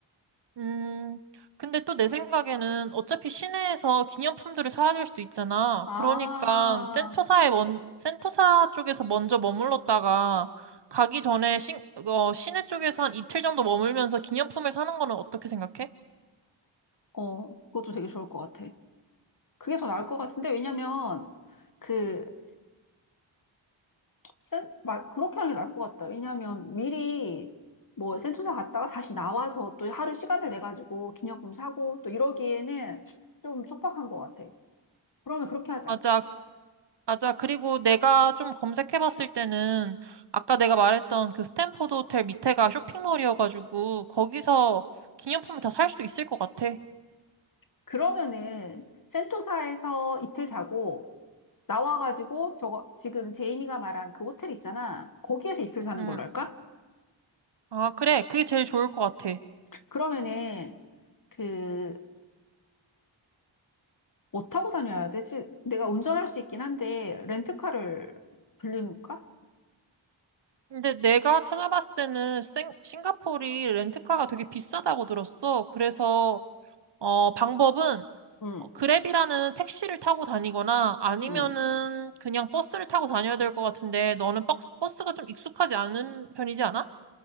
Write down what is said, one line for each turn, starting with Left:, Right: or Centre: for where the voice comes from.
Right: 음, 근데 또 내 생각에는 어차피 시내에서 기념품들을 사야 될 수도 있잖아.
Left: 아,
Right: 그러니까 센토사에 먼, 센토사 쪽에서 먼저 머물렀다가 가기 전에 신, 어, 시내 쪽에서 한 이틀 정도 머물면서 기념품을 사는 거는 어떻게 생각해?
Left: 어, 그것도 되게 좋을 것 같아. 그게 더 나을 것 같은데, 왜냐면, 그, 센, 막 그렇게 하는 게 나을 것 같다. 왜냐하면 미리 뭐 센토사 갔다가 다시 나와서 또 하루 시간을 내 가지고 기념품 사고 또 이러기에는 좀 촉박한 것 같아. 그러면 그렇게 하자.
Right: 맞아. 맞아. 그리고 내가 좀 검색해봤을 때는 아까 내가 말했던 그 스탠포드 호텔 밑에가 쇼핑몰이어가지고 거기서 기념품을 다 살 수도 있을 것 같아.
Left: 그러면은 센토사에서 이틀 자고 나와가지고 저거 지금 제이미가 말한 그 호텔 있잖아. 거기에서 이틀 사는
Right: 응.
Left: 걸로 할까?
Right: 아, 그래. 그게 제일 좋을 것 같아.
Left: 그러면은 그 뭐 타고 다녀야 되지? 내가 운전할 수 있긴 한데 렌트카를 빌리는가?
Right: 근데 내가 찾아봤을 때는 생, 싱가포르이 렌트카가 되게 비싸다고 들었어. 그래서 어, 방법은
Left: 응,
Right: 어, 그랩이라는 택시를 타고 다니거나 아니면은
Left: 응.
Right: 그냥 버스를 타고 다녀야 될 것 같은데 너는 버스, 버스가 좀 익숙하지 않은 편이지 않아?